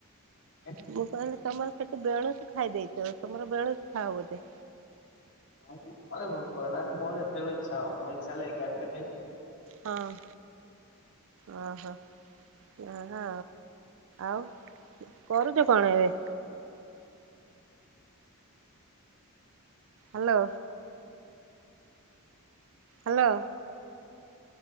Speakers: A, on the left (about 55°); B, on the right (about 65°).
A: ନାଇଁ
B: ମୁଁ କହିଲି ତମର ସେଠି ବେଣୁସୁ ଖାଇଦେଇଥିବ, ତମର ବେଣୁସୁ ଖାଅ ବୋଧେ।
A: ନାଇଁ ଭୋକ ହେଲାରେ ମୋର ଯେତେବେଳ ଇଛା ହବ, ମୋ ଇଛା ହେଲେ ଏଗାରଟାରେ ଖାଇବି।
B: ହଁ, ଓ ହୋ। ନାହା ଆଉ, କରୁଛ କଣ ଏବେ? Hello hello